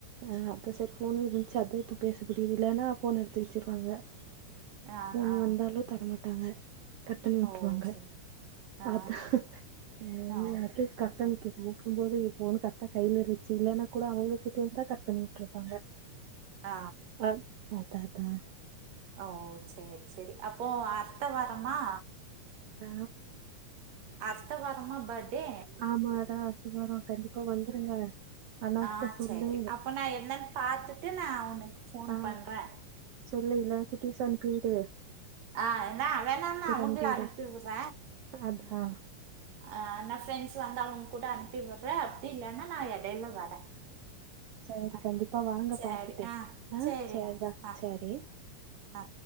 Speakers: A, on the right; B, on the right.
A: ஆ அதா சேரி ஃபோன் இருந்துச்சு அதா இப்ப பேச முடியுது இல்லன்னா ஃபோன் எடுத்து வச்சிருவாங்க
B: ஆ
A: ஃபோன்
B: ஆ
A: வந்தாலு தரமாட்டாங்க கட் பண்ணி விட்டுருவாங்க
B: ஓ சரி ஆ
A: அதா சேரி
B: ஆ ஆ
A: அது கரெக்ட்டா நீங்க கூப்பிடு போது ஏ ஃபோனு கரெக்டா கையிலே இருந்துச்சு இல்லன்னா கூட அவங்ககிட்ட இருந்த கட் பண்ணி உட்டுருப்பாங்க
B: ஆ
A: அத் அதா தா
B: ஓ சேரி சேரி அப்போ அடுத்த வாரமா
A: ஆ
B: அடுத்த வாரம பர்த்டே
A: ஆமாடா அடுத்த வாரோ கண்டிப்பா வந்துருங்க அண்ணா
B: ஆ
A: கிட்ட சொல்லு
B: சரி. அப்போ நா என்னன்னு பாத்துட்டு நா உனக்கு ஃபோன்
A: ஆ
B: பண்றேன்.
A: சொல்ல இல்லான குட்டிஸ அனுப்பி விடு
B: ஆ என்ன வேனான்னா அவங்கள
A: அனுப்பிவிடு
B: அனுப்பி விடுற
A: அதா
B: அ நா ஃப்ரெண்ட்ஸ் வந்தா அவங்க கூட அனுப்பி விட்ற அப்டி இல்லன்னா நா எடைல வர
A: சரி
B: அ
A: கண்டிப்பா வாங்க
B: சரி
A: பாத்துட்டு
B: ஆ சரிடா
A: சேர்ரா
B: ஆ
A: சரி
B: ஆ.